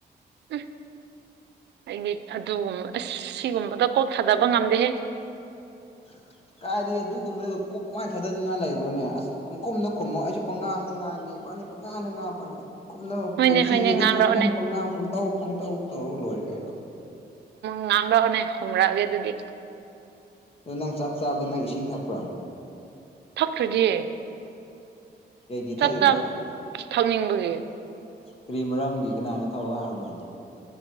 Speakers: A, on the right; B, on the left.
A: ꯎ ꯑꯩꯗꯤ ꯑꯗꯨꯒꯨꯝꯕ ꯑꯁ ꯁꯤꯒꯨꯝꯕꯗ ꯀꯣꯛ ꯊꯥꯗꯕ ꯉꯝꯗꯦꯍꯦ
B: ꯐ ꯀꯥꯏꯗꯩꯩ ꯑꯗꯨꯒꯨꯝꯕꯗꯨ ꯀꯣꯛ ꯀꯃꯥꯏꯅ ꯊꯥꯗꯅꯤꯡꯉꯥꯏ ꯂꯩꯕ꯭ꯔꯣꯅꯦ ꯑꯁ ꯄꯪꯈꯣꯝꯗ ꯈꯣꯨꯝꯃꯣ ꯑꯩꯁꯨ ꯄꯪꯉꯥꯡꯗ ꯉꯥꯡꯒꯦ ꯅꯤ ꯄꯉꯥꯗ ꯉꯥ ꯄꯅꯤ ꯀꯨꯞꯅꯕ
A: ꯍꯣꯏꯅꯦ
B: ꯄꯨꯟꯁꯤꯁꯤ
A: ꯍꯣꯏꯅꯦ
B: ꯑꯗꯨꯝ
A: ꯉꯥꯡꯔꯛꯑꯣꯅꯦ
B: ꯄꯪꯈꯨꯝ ꯄꯪꯉꯥꯡ ꯄꯪꯇꯧ ꯄꯪꯇꯧ ꯇꯧꯔꯒ ꯂꯣꯏꯔꯦ ꯀꯥꯏꯔꯣ
A: ꯉꯥꯡꯂꯛꯑꯣꯅꯦ ꯈꯨꯝꯔꯛꯑꯒꯦ ꯑꯗꯨꯗꯤ
B: ꯑꯗꯣ ꯅꯪ ꯆꯥꯛ ꯆꯥꯕꯗ ꯅꯪ ꯏꯁꯤꯡ ꯊꯛꯄ꯭ꯔꯥ
A: ꯊꯛꯇ꯭ꯔꯗꯤ
B: ꯀꯩꯒꯤ ꯊꯛꯏꯕ
A: ꯆꯥꯛ ꯆ ꯊꯛꯅꯤꯡꯕꯒꯤ
B: ꯀꯔꯤ ꯃꯔꯝꯒꯤ ꯀꯅꯥꯅ ꯊꯛꯑꯣ ꯍꯥꯏꯕ꯭ꯔꯣ